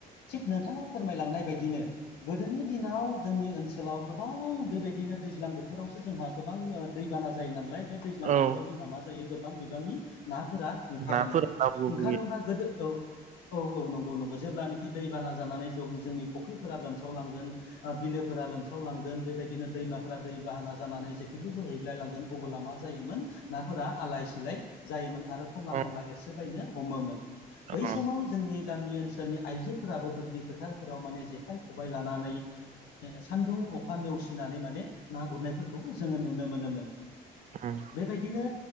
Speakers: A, on the left; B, on the right.
A: थिक नोंथाङा फोरमायलांनाय बायदिनो गोदोनि दिनाव जोंनि ओनसोलाव गोबां बेबायदिनो दैज्लां बोथोरावसो जोंहा गोबां दैबाना जायो नालाय दैज्लां
B: औ
A: बोथोराव जोंहा मा जायो गोबां बिबांनि नाफोरा ओंखारोमोन
B: नाफोरा ना गुरहैयो
A: ओंखार गोदो औ-औ-औ नंगौ नंगौ जेब्लानोखि दै बाना जानानै ज जोंनि फख्रिफोरा लोमसावलांगोन बिलोफोरा लोमसावलांगोन बेबायदिनो दैमाफोरा दै बाहाना जानानै जेखेबो बोहैग्लायलांगोन अबोला मा जायोमोन नाफोरा आलाय सिलाय जायोमोन आरो खना
B: ओं
A: खनला एरसो बायनो हमोमोन बै
B: ओं
A: समाव जोंनि गामि ओनसोलनि आइजोफोराबो दुब्लि फोथारफोराव माने जेखाइ खबाइ लानानै सान्दुं अखा नेवसिनानै माने ना गुरनायफोरखौबो जोङो नुनो मोनोमोन
B: उम
A: बेबायदिनो